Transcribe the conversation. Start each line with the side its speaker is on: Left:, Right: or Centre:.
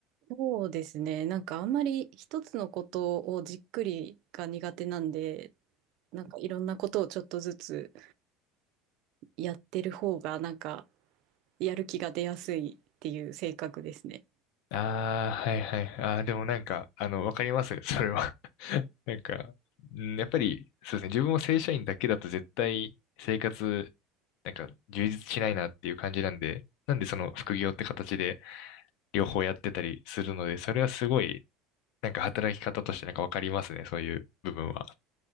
Right: そうですね。なんかあんまり一つのことをじっくりが苦手なんで、なんかいろんなことをちょっとずつやってる方がなんかやる気が出やすいっていう性格ですね。
Left: ああ、はいはい。ああ、でもなんか、あの、わかりますね、それは。<laughs> なんか、うんやっぱり、そうですね、自分も正社員だけだと絶対生活、なんか充実しないなっていう感じなんで、なんでその副業って形で両方やってたりするので、それはすごい、なんか働き方としてなんかわかりますね、そういう部分は。